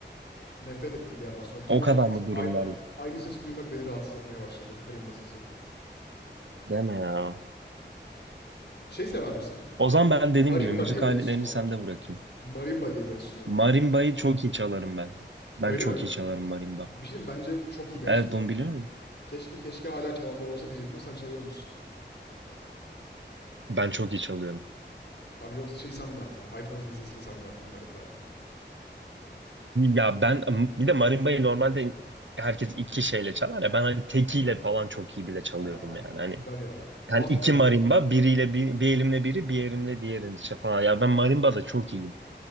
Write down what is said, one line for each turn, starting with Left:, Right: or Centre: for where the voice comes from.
Left: Nefret ettim bir yerden sonra. Durmadan
Right: O kadar
Left: aynı,
Right: mı
Left: se-
Right: durumlar?
Left: ay- a- aynı sesi duymak beni rahatsız etmeye başladı. Kalimba sesi.
Right: Deme ya.
Left: Şey sever misin?
Right: O zaman ben dediğim
Left: Marimba
Right: gibi müzik
Left: diye bir
Right: aletlerini
Left: enstrüman
Right: sende
Left: var.
Right: bırakayım.
Left: Marimba diye bir enstrüman var.
Right: Marimba'yı çok iyi çalarım ben. Ben
Left: Öyle
Right: çok
Left: mi?
Right: iyi çalarım marimba.
Left: Bir şey diyeyim mi? bence çok iyi bir
Right: Evet
Left: enstrüman.
Right: bunu biliyor muyum?
Left: Keşke keşke hala çalanlar olsa diyecektim sen çalıyormuşsun.
Right: Ben çok iyi çalıyorum.
Left: Abi yoksa şey sen mi yaptın? iPhone zil sesini sen mi yaptın marimbayla?
Right: Ya ben bir de marimba'yı normalde herkes iki şeyle çalar ya ben hani tekiyle falan çok iyi bile çalıyorum
Left: Aa
Right: yani hani
Left: güzel ya. Bas
Right: yani iki
Left: marimba.
Right: marimba biriyle bir, bir elimle biri bir elimle diğerini işte falan ya ben marimba da çok iyiyim.